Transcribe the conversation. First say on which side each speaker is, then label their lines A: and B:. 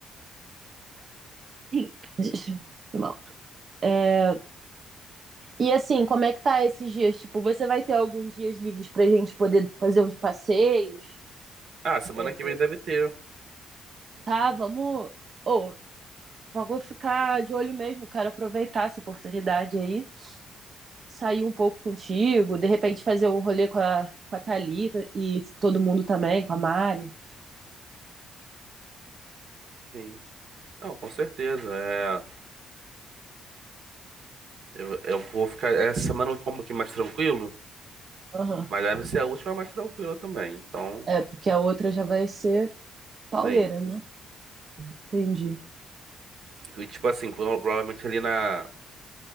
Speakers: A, on the right (about 45°); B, on the right (about 65°).
A: Ih, <laughs> Foi mal. É, E assim, como é que tá esses dias? Tipo, você vai ter alguns dias livres pra gente poder fazer uns passeios?
B: Ah, semana
A: É,
B: que vem deve ter.
A: tá, vamos. Ô, vamos ficar de olho mesmo, quero aproveitar essa oportunidade aí, sair um pouco contigo, de repente fazer um rolê com a, com a Thalita e todo mundo também, com a Mari.
B: Sim. Não, com certeza. É, eu, eu vou ficar. Essa semana eu vou ficar um pouquinho mais tranquilo,
A: Aham.
B: mas deve ser a última mais tranquila também. Então,
A: É, porque a outra já vai ser pauleira,
B: sim.
A: né? Entendi.
B: Sim. E tipo assim, prova- provavelmente ali na,